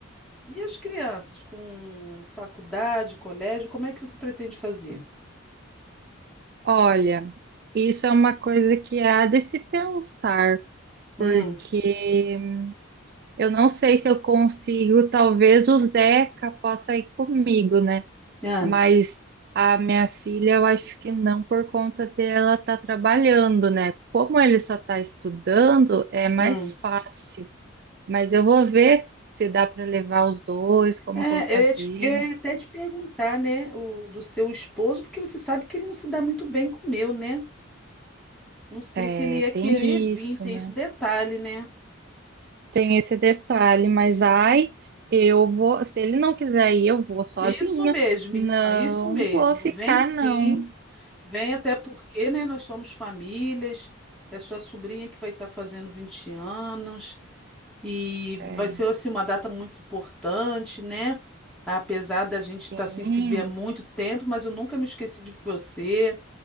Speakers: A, in the centre; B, on the right (about 50°).
A: E as crianças com faculdade, colégio, como é que você pretende fazer?
B: Olha, isso é uma coisa que há de se pensar,
A: Hum,
B: porque Eu não sei se eu consigo, talvez o Zeca possa ir comigo, né?
A: ah,
B: Mas a minha filha, eu acho que não por conta dela estar trabalhando, né? Como ele só está estudando, é mais
A: hum.
B: fácil. Mas eu vou ver se dá para levar os dois, como
A: É,
B: que eu vou
A: eu
B: fazer.
A: ia, te- eu ia até te perguntar, né, o, do seu esposo, porque você sabe que ele não se dá muito bem com o meu, né? Não sei
B: É,
A: se ele ia querer
B: tem
A: vir,
B: isso,
A: tem
B: né?
A: esse detalhe, né?
B: Tem esse detalhe, mas ai, eu vou, se ele não quiser ir, eu vou sozinha.
A: Isso mesmo,
B: Não
A: irmã, isso mesmo.
B: vou ficar,
A: Vem sim,
B: não.
A: vem até porque, né, nós somos famílias, é sua sobrinha que vai estar fazendo 20 anos e
B: É,
A: vai ser, assim, uma data muito importante, né? Apesar da gente estar
B: sim.
A: sem se ver há muito tempo, mas eu nunca me esqueci de você.